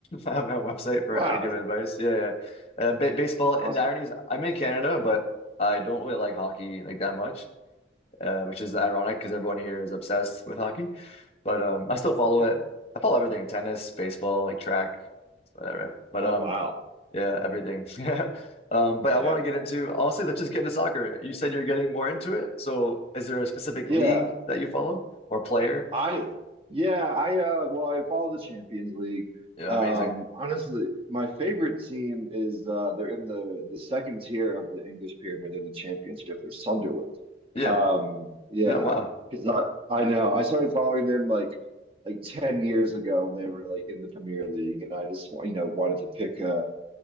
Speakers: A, on the left; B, on the right.
A: <laughs> I have my own website for
B: Wow.
A: I give advice. Yeah, yeah. Uh, ba baseball and
B: Awesome.
A: the irony is I'm in Canada, but I don't really like hockey like that much, uh, which is ironic because everyone here is obsessed with hockey. But um, I still follow
B: Yeah.
A: it. I follow everything: tennis, baseball, like track whatever. But
B: Oh,
A: um,
B: wow.
A: yeah, everything. <laughs> Yeah, Um, but
B: Yeah.
A: I want to get into honestly, let's just get into soccer. You said you're getting more into it. So is there a specific
B: Yeah.
A: league that you follow or player?
B: I, yeah, I, uh, well, I follow the Champions League.
A: Yeah,
B: Um,
A: amazing.
B: honestly, my favorite team is, uh, they're in the, the second tier of the English pyramid in the championship. They're Sunderland.
A: Yeah.
B: Um, yeah.
A: Yeah, wow.
B: Because I, I know I started following them like, like 10 years ago when they were like in the Premier League and I just, you know, wanted to pick, a.